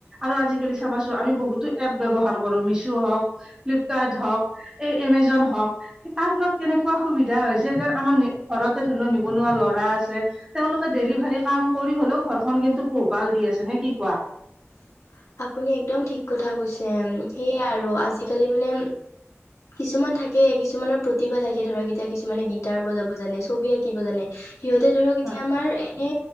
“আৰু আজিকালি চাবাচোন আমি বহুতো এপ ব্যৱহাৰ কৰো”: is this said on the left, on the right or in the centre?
Right